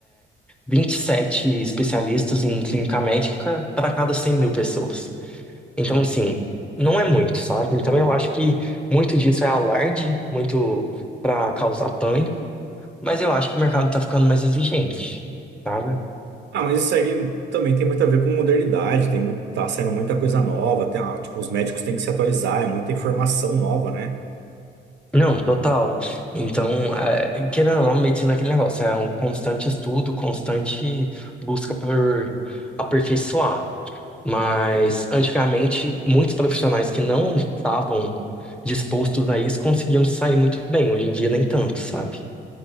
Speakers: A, in the centre; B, on the right.
A: 27 especialistas em clínica médica para cada 100 mil pessoas. Então, assim, não é muito, sabe? Então, eu acho que muito disso é alarde, muito para causar pânico, mas eu acho que o mercado está ficando mais exigente, sabe?
B: Ah, mas isso aí também tem muito a ver com modernidade, tem muito, tá saindo muita coisa nova, tem, ah, tipo, os médicos têm que se atualizar, é muita informação nova, né?
A: Não, total. Então, é, querendo ou não, medicina é aquele negócio, é um constante estudo, constante busca por aperfeiçoar. Mas, antigamente, muitos profissionais que não estavam dispostos a isso conseguiam sair muito bem. Hoje em dia, nem tanto, sabe?